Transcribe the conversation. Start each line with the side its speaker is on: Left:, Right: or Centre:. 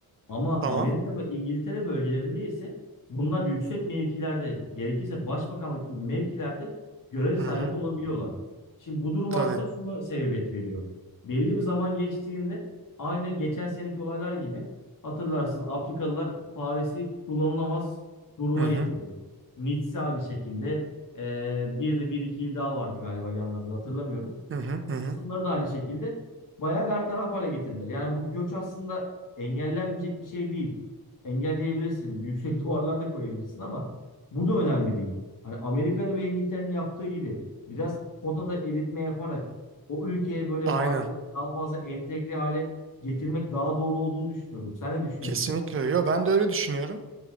Left: Ama
Right: Tamam.
Left: Amerika ve İngiltere bölgelerinde ise bunlar yüksek mevkilerde, gerekirse başbakanlık gibi mevkilerde görev sahibi
Right: Hı hı.
Left: olabiliyorlar. Şimdi bu durum
Right: Tabii.
Left: aslında şuna sebebiyet veriyor. Belli bir zaman geçtiğinde aynı geçen seneki olaylar gibi hatırlarsın Afrikalılar Paris'i kullanılamaz duruma
Right: Hı hı.
Left: getirdi. Nice aynı şekilde. Ee, bir de bir iki il daha vardı galiba yanlarında hatırlamıyorum
Right: Hı hı. Hı hı.
Left: kısımları da aynı şekilde bayağı bertaraf hale getirdiler. Yani bu göç aslında engellenmeyecek bir şey değil. Engelleyebilirsin. Yüksek <laughs> duvarlar da koyabilirsin ama bu da önemli değil. Hani Amerika'nın ve İngiltere'nin yaptığı gibi biraz potada eritme yaparak o ülkeye böyle
Right: Aynen.
Left: vakıf daha fazla entegre hale getirmek daha doğru olduğunu düşünüyorum. Sen ne düşünüyorsun?
Right: Kesinlikle. öyle. Yo, ben de öyle düşünüyorum.